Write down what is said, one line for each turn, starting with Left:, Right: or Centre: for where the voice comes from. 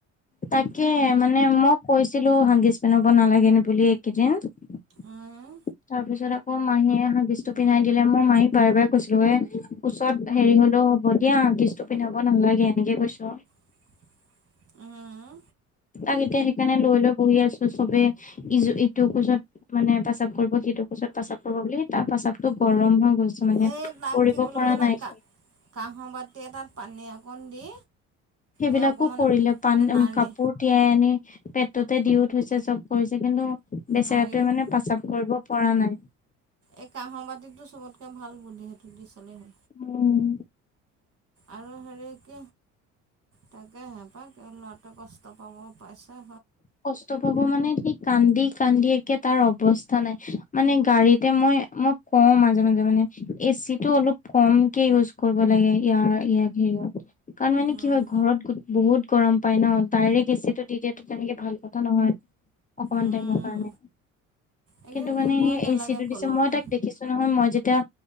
Left: তাকে মানে মই কৈছিলো হাগিছ পিন্ধাব নালাগে বুলি এইকেইদিন তাৰপিছত
Right: উম,
Left: ম মাহীয়ে হাগিজটো পিন্ধাই দিলে মোৰ মাহী বাৰে বাৰে কৈছিলো এ ওচৰত হেৰি হলেও হ'ব দিয়া হাগিছটো পিন্ধাব নালাগে এনেকে কৈছো
Right: <inaudible> উম।
Left: তাক এতিয়া সেইকাৰণে লৈ লৈ বহি আছো চবে ই ইটো খোজত মানে বচাব কৰিব সিটো খোজত প্ৰাচাব কৰিব বুলি তাৰ প্ৰসাবতটো গৰম হ গৈছো মানে
Right: এই তাক
Left: কৰিব
Right: কি কৰিলোঁ
Left: পৰা
Right: জানা
Left: নাই
Right: কা কাঁহৰ বাতি এটাত পানী অকণ দি
Left: সেইবিলাকো
Right: এই অকণমান
Left: কৰিলে পান
Right: নাৰি
Left: কাপোৰ তিয়াই আনি পেটতে দিও থৈছে চব কৰিছে কিন্তু বেচেৰাটোৱে
Right: নাৰিটোত
Left: মানে প্ৰস্ৰাৱ কৰিব পৰা নাই।
Right: এই কাঁহৰ বাতিটো চবতকে ভাল বুদ্ধি সত দি চলে হ
Left: উম।
Right: আৰু সেৰিক তাকে হেঁপাহ ক লৰাটো কষ্ট পাব পাইছা
Left: কষ্ট পাব মানে সি কান্দি কান্দি একে তাৰ অৱস্থা নাই মানে গাড়ীতে মই মই কওঁ মাজে মাজে মানে এচি টো অলপ কমকে ইউজ কৰিব লাগে ইয়াৰ ইয়াক হেৰিয়ত কাৰণ মানে
Right: উম,
Left: কি হয় ঘৰত গ বহুত গৰম পায় ন ডাইৰেক্ট এচিটো দি দিয় তেনেকে ভাল কথা নহয় অকমান
Right: উম।
Left: টাইমৰ কাৰণে
Right: এইকেইদিন
Left: কিন্তু মানে
Right: নিবই নালাগে
Left: এচি টো
Right: ক'লৈকো।
Left: দিছে মই তাক দেখিছো নহয় মই যে এতিয়া